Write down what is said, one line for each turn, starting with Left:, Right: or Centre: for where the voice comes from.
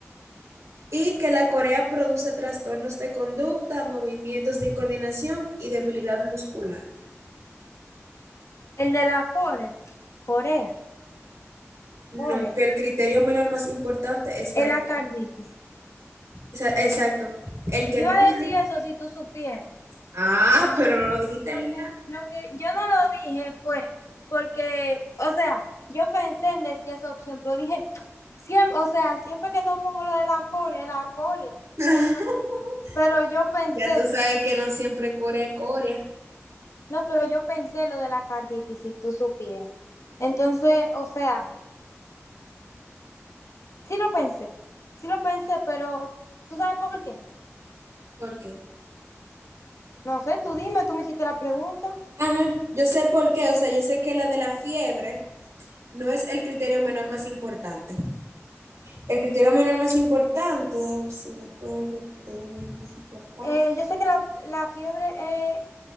Right: y que la corea produce trastornos de conducta, movimientos de incoordinación y debilidad muscular.
Left: El de la Corea, Corea,
Right: No,
Left: Corea,
Right: que el criterio menor más importante es la
Left: el
Right: fiebre.
Left: acarditis.
Right: Esa- Exacto, el
Left: Yo
Right: que no...
Left: iba a
Right: une.
Left: decir eso si tú supieras.
Right: Ah, pero no lo dijiste,
Left: Lo
Right: linda.
Left: que, lo que yo no lo dije fue porque, o sea, yo pensé en decir esa opción, pero dije, siempre, o sea, siempre que no pongo lo de la coria, la coria.
Right: <laughs>
Left: Entonces, pero yo pensé,
Right: Ya tú sabes que no siempre corea es corea.
Left: no, pero yo pensé lo de la carditis, si tú supieras. Entonces, o sea, sí lo pensé, sí lo pensé, pero ¿tú sabes por qué?
Right: ¿Por qué?
Left: No sé, tú dime, tú me hiciste la pregunta.
Right: Ah, no, yo sé por qué, o sea, yo sé que la de la fiebre no es el criterio menor más importante. El criterio menor más importante, a ver si me acuerdo, el criterio menor más importante,
Left: Eh, yo sé que la, la fiebre es,